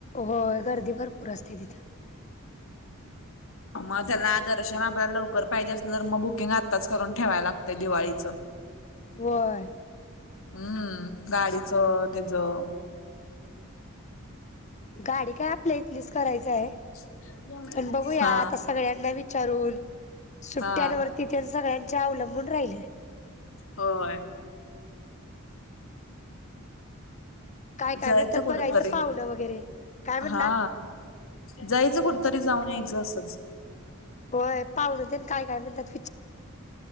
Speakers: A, on the left; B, on the left.
A: होय गर्दी भरपूर असत्या तिथ
B: म त्याला दर्शन आपल्याला लवकर पाहिजे असलं तर म बुकिंग आत्ताच करून ठेवाय लागतय दिवाळीचं
A: होय
B: हू गाडीचं त्यजं
A: गाडी काय आपल्या इथलीच करायचं हाय
B: <inaudible>
A: पण बघूया
B: हा
A: आता सगळ्यांना विचारून सुट्ट्यांवरती
B: हा
A: तेन सगळ्यांच्या अवलंबून राहिलय
B: होय
A: काय काय
B: जायचं
A: म्हणतात
B: कुठं
A: बघायचं
B: तरी
A: पाहुणं वगैरे काय म्हणला
B: हा जायचं कुठतरी जाऊन यायचं असंच
A: होय पाहून तेन काय काय म्हणत्यात